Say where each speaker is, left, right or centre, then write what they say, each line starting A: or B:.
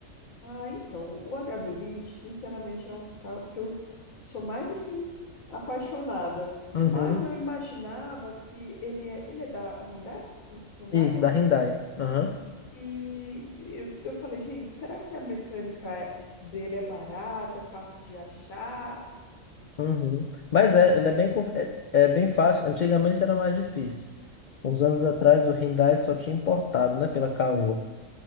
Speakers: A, on the left; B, on the left.
A: Ah, então, o HB20, sinceramente, é um dos carros que eu sou mais, assim, apaixonada.
B: Uhum.
A: Mas eu imaginava que ele é, ele é da Hyundai, Hyundai,
B: Isso,
A: né?
B: da Hyundai. Aham.
A: E eu, eu falei, gente, será que a mecânica é- dele é barata, é fácil de achar?
B: Uhum. Mas é, ela é bem, conf- é, é bem fácil. Antigamente era mais difícil. Uns anos atrás o Hyundai só tinha importado, né, pela Caoa.